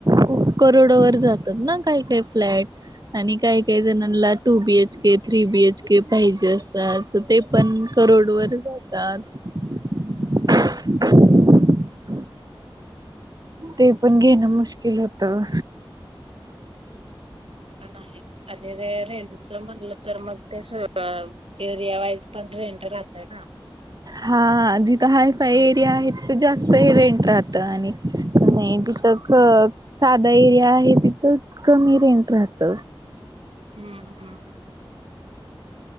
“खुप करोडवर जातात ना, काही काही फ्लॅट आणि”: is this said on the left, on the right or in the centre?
Right